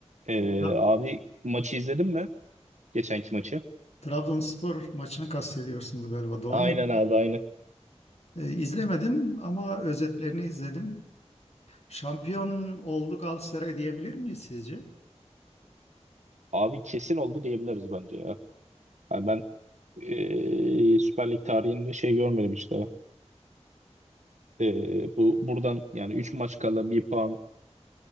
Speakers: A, on the right; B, on the left.
A: Ee,
B: Tra-
A: abi maçı izledin mi? Geçenki maçı.
B: Trabzonspor maçını kastediyorsunuz galiba, doğru
A: Aynen
B: mu?
A: abi aynen.
B: Ee, izlemedim ama özetlerini izledim. Şampiyon oldu Galatasaray diyebilir miyiz sizce?
A: Abi kesin oldu diyebiliriz bence ya. Yani ben ee, Süper Lig tarihinde şey görmedim işte. Ee, bu buradan yani 3 maç kala bir puan